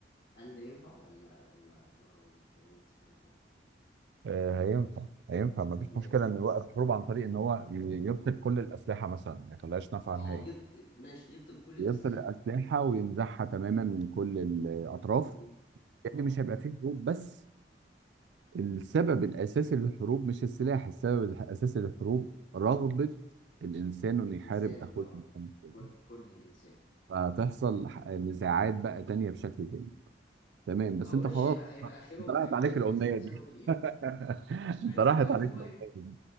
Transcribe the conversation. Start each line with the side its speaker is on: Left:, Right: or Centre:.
Left: هل ده ينفع ولا ولا بره الرولز بتاعتنا
Right: آه، هينفع هينفع مفيش
Left: ماشي
Right: مشكله انه يوقف حروب عن طريق ان هو ي- يبطل كل الاسلحه مثلا ما يخليهاش نافعه
Left: اه
Right: نهائي
Left: يبط... ماشي يبطل كل الأسلحة
Right: يبطل الاسلحه وينزعها تماما من كل الاطراف
Left: من
Right: يعني
Left: اه
Right: مش هيبقى فيه حروب بس السبب الاساسي للحروب مش السلاح السبب الاساسي للحروب رغبه الانسان انه
Left: الإنسان
Right: يحارب اخوه
Left: اه
Right: المسلم
Left: كره كره الإنسان
Right: فتحصل ح- نزاعات بقى تانية بشكل تاني تمام بس
Left: هو
Right: انت
Left: ماشي
Right: خلاص
Left: هيبقى هيبقى آخرهم
Right: انت راحت
Left: هيبقى
Right: عليك
Left: آخرهم
Right: الامنيه
Left: ينزلوا يتخانقوا
Right: دي
Left: بالإيد
Right: <laughs> انت
Left: هينزلوا
Right: راحت
Left: هينزلوا
Right: عليك
Left: بقى
Right: الامنيه
Left: إيه؟